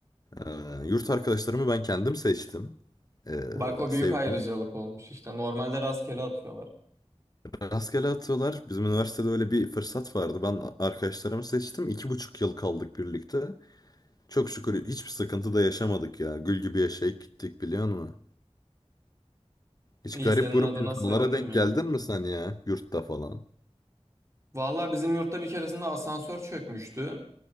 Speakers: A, on the left; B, on the right.
A: Ee, yurt arkadaşlarımı ben kendim seçtim. Ee,
B: Bak o
A: sevdiğim
B: büyük ayrıcalık olmuş işte. Normalde rastgele atıyorlar.
A: rastgele atıyorlar. Bizim üniversitede öyle bir fırsat vardı. Ben arkadaşlarımı seçtim. İki buçuk yıl kaldık birlikte. Çok şükür hiçbir sıkıntı da yaşamadık ya. Gül gibi yaşayıp gittik biliyor musun? Hiç
B: İyi
A: garip
B: senin
A: grup
B: adına
A: insanlara
B: sevindim
A: denk
B: ya.
A: geldin mi sen ya? Yurtta falan.
B: Vallahi bizim yurtta bir keresinde asansör çökmüştü.